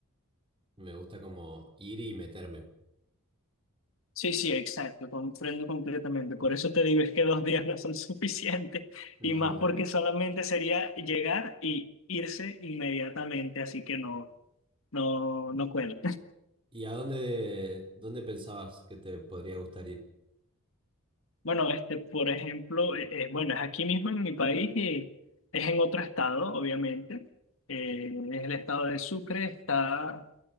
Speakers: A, on the right; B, on the left.
A: Me gusta como ir y meterme.
B: Sí, sí, exacto. Comprendo completamente. Por eso te digo, es que dos días no son <laughs> suficientes.
A: No.
B: Y más porque solamente sería llegar y irse inmediatamente. Así que no, no, no cuela.
A: ¿Y a dónde, dónde pensabas que te podría gustar ir?
B: Bueno, este, por ejemplo, eh, eh, bueno, es aquí mismo en mi país y es en otro estado, obviamente. Eh, es el estado de Sucre, está